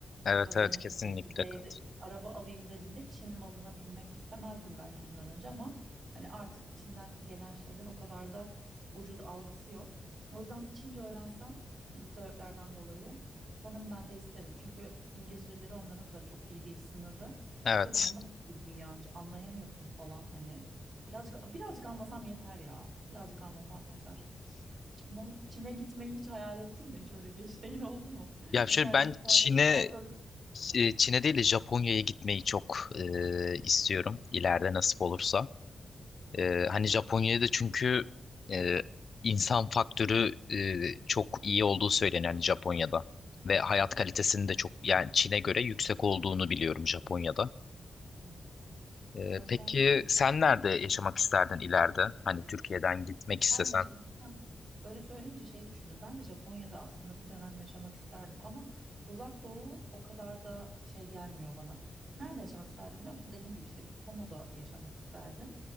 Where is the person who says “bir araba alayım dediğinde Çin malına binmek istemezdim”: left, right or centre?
Right